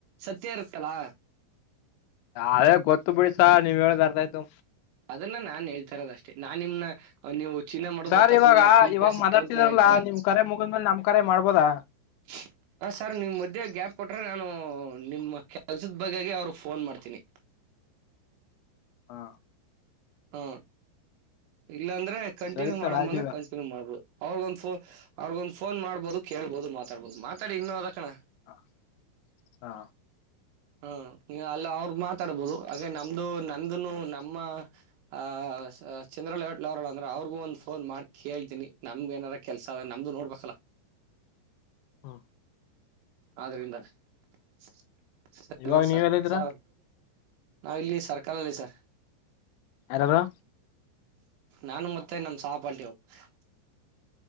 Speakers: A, on the right; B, on the left.
A: ಸತ್ಯ ಇರುತ್ತಲಾ
B: ಅದೇ ಗೊತ್ತು ಬಿಡಿ ಸಾರ್ ನೀವ್ ಹೇಳದ್ ಅರ್ಥ ಆಯ್ತು
A: ಅದನ್ನ ನಾನ್ ಹೇಳ್ತಾ ಇರೋದ ಅಷ್ಟೇ ನಾನ್ ನಿಮ್ನ ನೀವು ಚಿನ್ನ ಮಡಗಬುಟ್ಟ
B: ಸರ್ ಇವಾಗ
A: ತಕಂದಿಲ್ಲಾ ಫುಲ್
B: ಇವಾಗ
A: ಕ್ಯಾಸ್ ಇತ್ತು
B: ಮಾತಾಡ್ತಿದಾರಲ್ಲಾ
A: ಅಂತನಾ ಹೇಳ್ತಾಯಿಲ್ಲ
B: ನಿಮ್ ಕರೆ ಮುಗಿದ್ಮೇಲೆ ನಮ್ ಕರೆ ಮಾಡ್ಬೋದಾ
A: <inaudible> ಹ ಸರ್ ನೀವ್ ಮಧ್ಯೆ ಗ್ಯಾಪ್ ಕೊಟ್ರೆ ನಾನು ನಿಮ್ಮ ಕೆಲ್ಸದ ಬಗೆಗೆ ಅವ್ರಿಗ ಫೋನ್ ಮಾಡ್ತೀನಿ
B: ಹಾ
A: ಹಾ ಇಲ್ಲಾಂದ್ರೆ ಕಂಟಿನ್ಯೂ
B: ಸರಿ
A: ಮಾಡಮ್ಮಂದ್ರೆ
B: ಸರ್ ಆಯ್ತು ಈಗ
A: ಕಂಟಿ ಮಾಡ್ಬಹುದು ಅವ್ರಗ ಒಂದ್ ಫೋನ್ ಅವ್ರಿಗೊಂದ ಫೋನ್ ಮಾಡ್ಬಹುದು ಕೇಳಬೋದು ಮಾತಾಡ್ಬಹುದು ಮಾತಾಡಿ ಇನ್ನು ಅದಕಣ
B: ಹ ಹಾ
A: ಹ್ ಅಲ್ಲ ಅವ್ರ ಮಾತಾಡ್ಬೋದು ಹಾಗೆ ನಮ್ದು ನಂದುನು ನಮ್ಮ ಆ ಚಂದ್ರ ಲೇಔಟ್ಲ್ ಅವರಲ್ಲಾ ಅಂದ್ರ ಅವರಿಗು ಒಂದ ಫೋನ್ ಮಾಡಿ ಕೇಳ್ತಿನಿ ನಮ್ಗ ಏನಾರ ಕೆಲಸ ಅದ ನಮ್ಮದು ನೋಡ್ಬೇಕಲ್ಲ
B: ಹಾ
A: ಆದ್ರಿಂದ <unintelligible>
B: ಇವಾಗ ನೀವ್ ಎಲ್ಲಿದ್ದೀರಾ
A: ನಾವ್ ಇಲ್ಲಿ ಸರ್ಕಲ್ಲಲ್ಲಿ ಸರ್
B: ಯಾರಾರು
A: ನಾನು ಮತ್ತೆ ನಮ ಸಹಪಾಟ್ಟಿ <unintelligible>